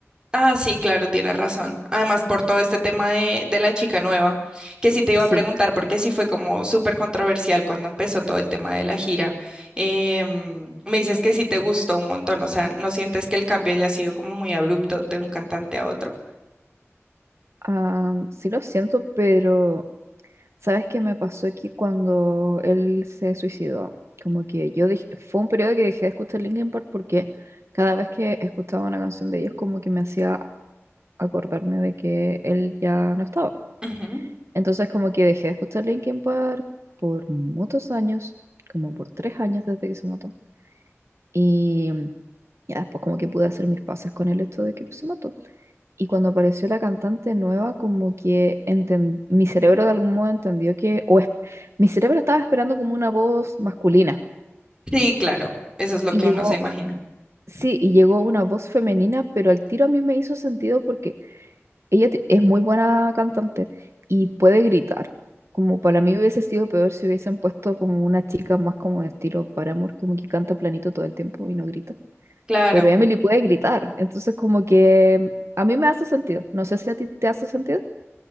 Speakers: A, on the right (about 20°); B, on the right (about 65°).
A: Ah, sí, claro, tienes razón. Además, por todo este tema de, de la chica nueva, que sí te iba
B: Sí,
A: a preguntar, porque sí fue como súper controversial cuando empezó todo el tema de la gira. Em, me dices que sí te gustó un montón, o sea, ¿no sientes que el cambio haya sido como muy abrupto de un cantante a otro?
B: Ah, sí lo siento, pero ¿sabes qué me pasó aquí cuando él se suicidó? Como que yo dij- fue un periodo que dejé de escuchar Linkin Park porque cada vez que escuchaba una canción de ellos como que me hacía acordarme de que él ya no estaba.
A: Ujú.
B: Entonces como que dejé de escuchar Linkin Park por muchos años, como por tres años desde que se mató. Y mm, ya después como que pude hacer mis pases con el hecho de que se mató. Y cuando apareció la cantante nueva, como que enten- mi cerebro de algún modo entendió que, o es- mi cerebro estaba esperando como una voz masculina.
A: Sí, claro, eso es lo
B: Y
A: que
B: llegó,
A: uno se imagina.
B: sí, y llegó una voz femenina, pero al tiro a mí me hizo sentido porque Ella te- es muy buena cantante y puede gritar. Como para mí hubiese sido peor si hubiesen puesto como una chica más como de estilo Paramore, como que canta planito todo el tiempo y no grita.
A: Claro.
B: Pero Emily puede gritar, entonces como que a mí me hace sentido. No sé si a ti te hace sentido.